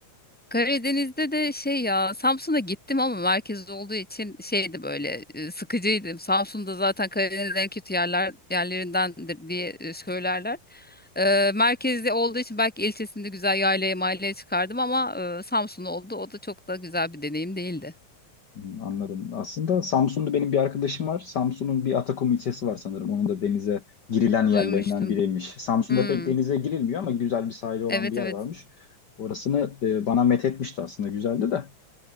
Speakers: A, in the centre; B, on the left.
A: Karadeniz'de de şey ya Samsun'a gittim ama merkezde olduğu için şeydi böyle e, sıkıcıydı. Samsun'da zaten Karadeniz'in en kötü yerler yerlerindendir diye e, söylerler. E, merkezde olduğu için belki ilçesinde güzel yaylaya mahalleye çıkardım ama e, Samsun oldu. O da çok da güzel bir deneyim değildi.
B: Hmm, Anladım. Aslında Samsun'da benim bir arkadaşım var. Samsun'un bir Atakum ilçesi var sanırım. Onun da denize girilen yerlerinden
A: Duymuştum.
B: biriymiş. Samsun'da
A: Hmm,
B: pek denize girilmiyor ama güzel bir sahili olan
A: evet
B: bir yer
A: evet.
B: varmış. Orasını e, bana methetmişti aslında. Güzeldi de.